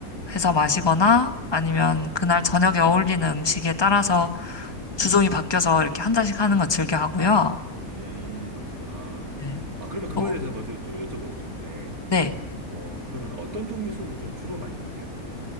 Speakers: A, on the left; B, on the right.
A: 해서 마시거나 아니면 그날 저녁에 어울리는 음식에 따라서 주종이 바뀌어서 이렇게 한 잔씩 하는 거 즐겨 하고요.
B: 음, 그러시구나.
A: 네.
B: 아, 그러면 그거에
A: 또,
B: 대해서 먼저 좀 여쭤보고 싶은데,
A: 네.
B: 어, 그러면 어떤 종류 술을 좀 주로 많이 드세요?